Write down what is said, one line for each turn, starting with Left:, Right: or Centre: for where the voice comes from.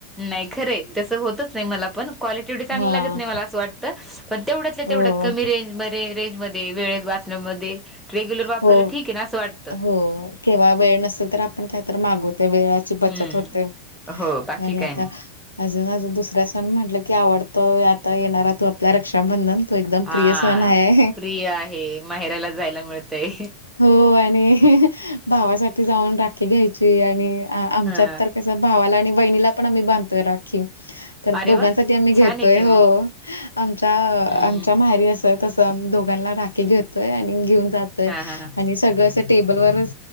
Centre: नाही खरं आहे तसं होतच नाही मला पण. क्वालिटी एवढी चांगली
Left: हां.
Centre: लागत नाही मला असं वाटत, पण तेवढ्यातल्या
Left: हो,
Centre: तेवढ्यात कमी रेंजमध्येे रेंजमध्ये वेळेत वाचण्यामध्ये, रेग्युलर वापरायला
Left: हो,
Centre: ठीक आहे ना असं वाटतं.
Left: हो. केव्हा वेळ नसल तर आपण काय तर मागवतोय वेळ ची बचत
Centre: हम्म
Left: होते,
Centre: हो बाकी
Left: आणि
Centre: काय
Left: आता
Centre: नाही
Left: अजून अजून दुसरा सण म्हटलं की आवडतोय आता येणारा तो आपलला रक्षाबंधन. तो एकदम
Centre: हा
Left: प्रिय सण हाय.
Centre: प्रिय आहे माहेराला जायला मिळतय
Left: हो आणि भावासाठी जाऊन राखी घ्यायची आणि आमच्यात
Centre: हा
Left: तर कस भावाला आणि वहिणीला पण आम्ही बांधतोय राखी. तर
Centre: अरे
Left: दोघांसाठी
Centre: वा
Left: आम्ही घेतोय
Centre: छान आहे कि मग
Left: हो, आमच्या
Centre: हम्म हम्म
Left: आमच्या माहेरी असं तसं आमही दो ला राखी
Centre: हम्म
Left: घेतोय आणि घेऊन जातोय
Centre: हा हा हा
Left: आणि सगळंं अस टेबल वरच